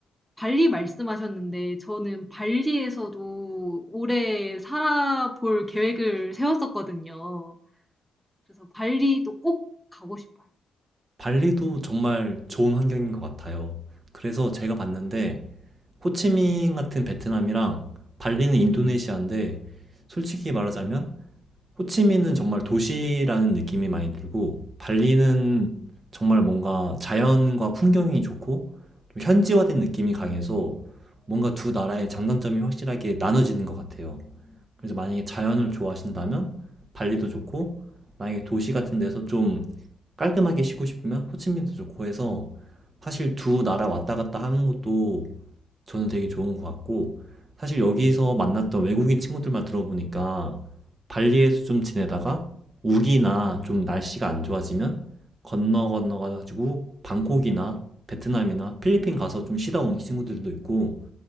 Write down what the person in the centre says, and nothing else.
발리 말씀하셨는데 저는 발리에서도 오래 살아볼 계획을 세웠었거든요. 그래서 발리도 꼭 가고 싶어요.